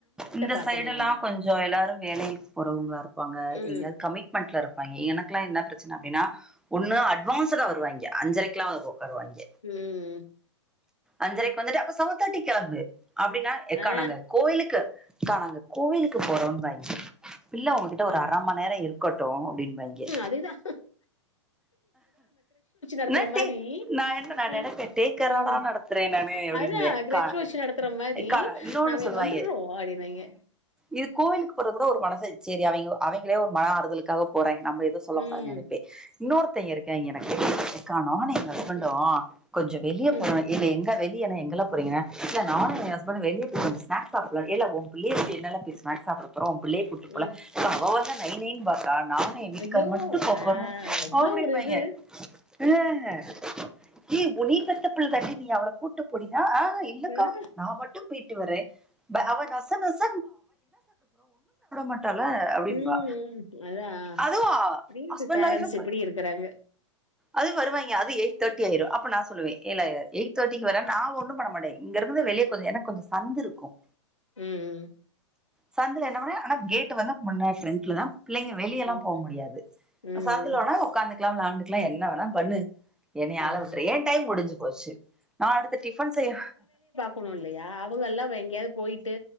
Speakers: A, in the centre; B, on the left.
A: இந்த
B: பாக்கணு
A: சைட் எல்லாம்
B: நம்ம
A: கொஞ்சம் எல்லாரும் வேலைக்கு போறவங்களா இருப்பாங்க
B: ம்
A: எங்காவது கமிட் மெண்ட்ல இருப்பாய்ங்க எனக்குல்லா என்ன பிரச்சன அப்டின்னா ஒன்னு அட்வான்ஸ்டா வருவாய்ங்க அஞ்சரைக்கெல்லா வந்து உக்காருவாய்ங்க
B: ம்ம்
A: அஞ்சரைக்கு வந்துட்டு அப்ப செவன்தேட்டிக்கு கெளம்பு அப்டின்னா எக்கா
B: ஆ
A: நாங்க கோயிலுக்கு எக்கா நாங்க கோயிலுக்கு போறோம்பாய்ங்க பிள்ள உங்க ட்ட ஒரு
B: அது
A: அரை மண் நேரம் இருக்கட்டும் அப்டின்பாங்கே
B: அப்டிதான் நடத்துற
A: நட்டி
B: மாரி
A: நா என்னடா நா
B: ஆ
A: நெனப்பே டேக் கேராடா
B: ம்
A: நடத் துறே நானு அப்டின்பே
B: அதான்
A: அக்கா
B: கிரச்சுவேஷன் நடத்துற மாரி
A: அக்கா இன்னோன்னு
B: நாங்க
A: சொல்லுவாய்ங்க
B: இது வந்துடுறோம் அப்டின்னாய்ங்க
A: இதுக் கோவிலுக்கு போற கூட ஒரு மனசு சரி அவங்க அவங்களே ஒரு மன ஆறுதலுக்காக போறாங்க நம்ம எதுவு சொல்லக்கூடாது
B: ம்
A: நெனப்பே இன்னோருத்தங்க இருக்காய்ங்க எனக்கு எக்கா நானு ஏ ஹஸ்பண்டூ கொஞ்ச வெளிய
B: ம்
A: போறோம் இல்ல எங்க வெளியேன எங்கல்ல போறீங்கனா இல்ல நானும் என் ஹஸ்பண்ட் வெளிய போய்ட்டு வந்து ஸ்நாக் சாப்பிடலா ஏல்ல உம்புள்ளய விட்டு என்னெல்ல போய் ஸ்நாக்ஸ் சாப்ட போற உம்புள்ளைய கூட்டிட்டு போல
B: ம்
A: அவ வந்தா நைநைன்னு இருப்பாக்கா நானு என் வீட்டுக்காரு
B: ஐயோ
A: மட்டும் போகப்போறோ
B: ஆ எவ்ளோ
A: அப்டிம்பாய்ங்க
B: ஒரு இது
A: ஆ ஏ நீ பெத்த புள்ள தாண்டி நீ அவ்ள கூட்டு போடினா ஆஹ இல்லக்கா
B: ஆ
A: நா மட்டும் போய்ட்டு வரே அவ நசநச மாட்டாள அப்படின்பா
B: ம்ம் அதா
A: அதுவா
B: ஏ இந்த
A: ஹஸ்பண்ட்
B: பேரண்ட்ஸ்
A: ஒய்ஃபும் போய்
B: இப்புடி இருக்கிறாங்க
A: அது வருவாய்ங்க அது எய்ட் தேட்டி ஆயிரு அப்ப நான் சொல்லுவே ஏல எயிட் தேட்டிக்கு வர நான் ஒன்னும் பண்ணமாட்டே இங்க இருந்து வெளிய கொஞ்ச எனக்கு கொஞ்ச சந்து இருக்கும்
B: ம் ம்
A: சந்துல என்ன பண்ணுவே ஆனா கேட்டு வந்து முன்னா ஃப்ரண்ட்ல பிள்ளைங்க வெளிய எல்லாம்
B: ம்
A: போக முடியாது
B: ம்
A: சந்துல வேணா உக்காந்துக்கலா விளாண்டுக்கலா என்ன வேணா பண்ணு என்னய ஆள
B: ம்
A: விட்ரு ஏன் டைம் முடிஞ்சு போச்சு நா அடுத்த டிஃபன் செய்ய
B: போணுல்லையா அவங்கெல்லா எங்கேயாவது போய்ட்டு